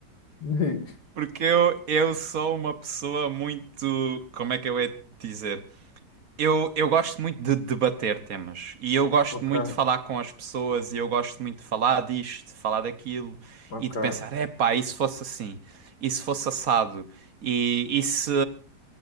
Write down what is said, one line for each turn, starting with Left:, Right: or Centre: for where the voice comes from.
Left: <laughs>
Right: porque eu, eu sou uma pessoa muito. Como é que eu ia dizer? Eu, eu gosto muito de debater temas e eu gosto
Left: Ok,
Right: muito de falar com as pessoas e eu gosto muito de falar disto, de falar daquilo
Left: ok,
Right: e de pensar, é epá, e se fosse assim? E se fosse assado? E, e se,